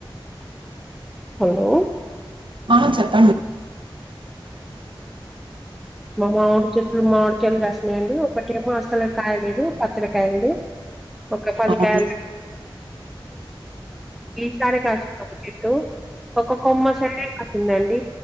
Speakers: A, in the centre; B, on the right.
A: హలో
B: ఆ చెప్పాం
A: మా మామిడి చెట్లు మామిడికిెళ్ళ వస్తున్నాయంండి ఒకటేమో అసలు కాయలేదు పచ్చడికాయలు ఒక పదికాయలు
B: ఊహు
A: సారే కాష్ట చెతు ఒక్కొ కొమ్మ సైడే పతుందండి